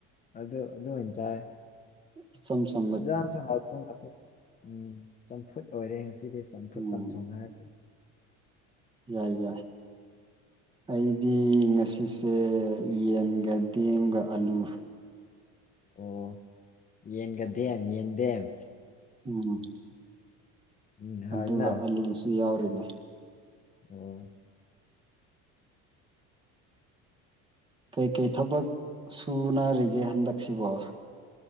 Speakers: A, on the left (about 25°); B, on the right (about 15°).
A: ꯑꯗꯨ ꯑꯗꯨ ꯑꯣꯏꯅ ꯆꯥꯏ
B: ꯏꯆꯝ ꯆꯝ
A: <unintelligible> ꯎꯝ ꯆꯝꯐꯨꯠ ꯑꯣꯏꯔꯦ ꯉꯁꯤꯗꯤ ꯆꯝꯐꯨꯠ
B: ꯎꯝ
A: ꯆꯝꯊꯣꯡ ꯍꯥꯏꯔ
B: ꯌꯥꯏ ꯌꯥꯏ ꯑꯩꯗꯤ ꯉꯁꯤꯁꯦ ꯌꯦꯟꯒ ꯗꯦꯝꯒ ꯑꯂꯨ
A: ꯑꯣ ꯌꯦꯟꯒꯗꯦꯝ ꯌꯦꯟꯗꯦꯝ
B: ꯎꯝ
A: ꯎꯝ ꯍꯥꯎꯋꯤꯅ
B: ꯑꯗꯨꯒ ꯑꯂꯨꯁꯤ ꯌꯥꯎꯔꯤꯅꯦ
A: ꯑꯣ
B: ꯀꯩ ꯀꯩ ꯊꯕꯛ ꯁꯨꯅꯔꯤꯒꯦ ꯍꯟꯗꯛꯁꯤꯕꯣ